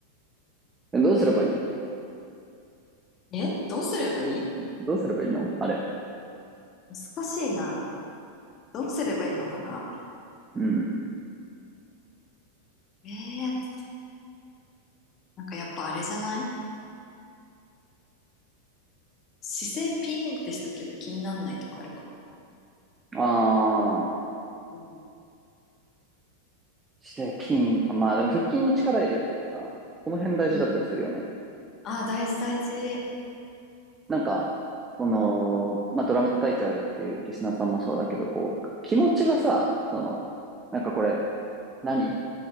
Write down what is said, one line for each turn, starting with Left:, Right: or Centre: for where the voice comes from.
Right: えどうすればいい
Left: え、どうすればいい
Right: どうすればいいのあれ。
Left: 難しいな。どうすればいいのかな
Right: うん。
Left: ええなんかやっぱあれじゃない姿勢ピーンってしとけば気になんないとかあるかも。
Right: あー、
Left: うん、
Right: してピン。まあでも腹筋に力入れるとかさ、この辺大事だったりするよね。
Left: うん。ああ、大事大事。
Right: なんか、その、まあドラム叩いちゃうっていうリスナーさんもそうだけど、こう、気持ちがさ、その、なんかこれ、何